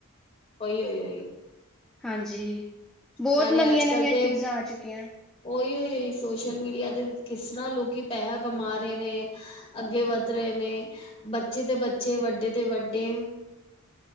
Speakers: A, on the left; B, in the centre.
A: ਉਹੀ
B: ਹਾਂਜੀ, ਬਹੁਤ
A: ਨਾਲੇ
B: ਨਵੀਆਂ
A: ਅੱਜ
B: ਨਵੀਆਂ
A: ਕੱਲ ਤੇ
B: ਚੀਜ਼ਾਂ ਆ ਚੁੱਕੀਆਂ
A: ਉਹੀ ਉਹੀ ਹੋਈ ਸੋਸ਼ਲ ਮੀਡੀਆ ਤੇ ਕਿਸ ਤਰ੍ਹਾਂ ਲੋਕੀ ਪੈਸਾ ਕਮਾ ਰਹੇ ਨੇ ਅੱਗੇ ਵੱਧ ਰਹੇ ਨੇ, ਬੱਚੇ ਤੇ ਬੱਚੇ, ਵੱਡੇ ਤੇ ਵੱਡੇ